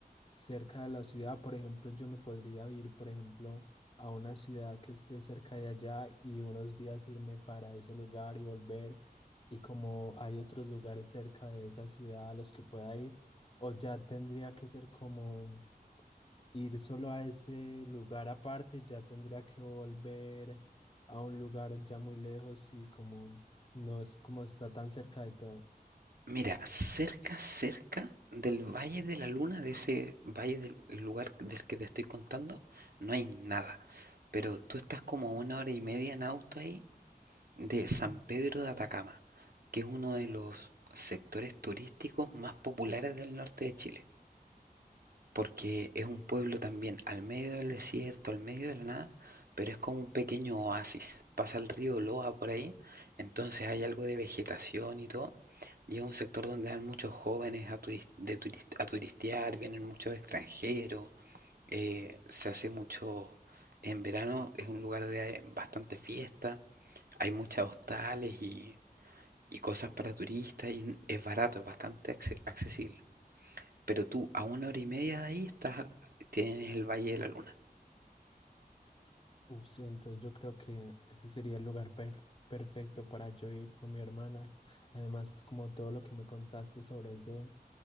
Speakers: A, on the left; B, on the right.
A: cerca de la ciudad. Por ejemplo, yo me podría ir, por ejemplo, a una ciudad que esté cerca de allá y unos días irme para ese lugar y volver. Y como hay otros lugares cerca de esa ciudad a los que pueda ir, o ya tendría que ser como ir solo a ese lugar aparte, ya tendría que volver a un lugar ya muy lejos y como no es como está tan cerca de todo.
B: Mira, cerca, cerca del Valle de la Luna, de ese valle del lugar del que te estoy contando, no hay nada. Pero tú estás como una hora y media en auto ahí de San Pedro de Atacama, que es uno de los sectores turísticos más populares del norte de Chile. porque es un pueblo también al medio del desierto, al medio de la nada, pero es como un pequeño oasis. Pasa el río Loa por ahí, entonces hay algo de vegetación y todo. Y es un sector donde van muchos jóvenes a, turis- de turis- a turistear, vienen muchos extranjeros, eh, se hace mucho, en verano es un lugar de bastante fiesta, hay muchas hostales y, y cosas para turistas y es barato, es bastante acce- accesible. Pero tú, a una hora y media de ahí, estás, al- tienes el Valle de la Luna.
A: Uf, sí, entonces yo creo que ese sería el lugar perf- perfecto para yo ir con mi hermana. Además, t- como todo lo que me contaste sobre ese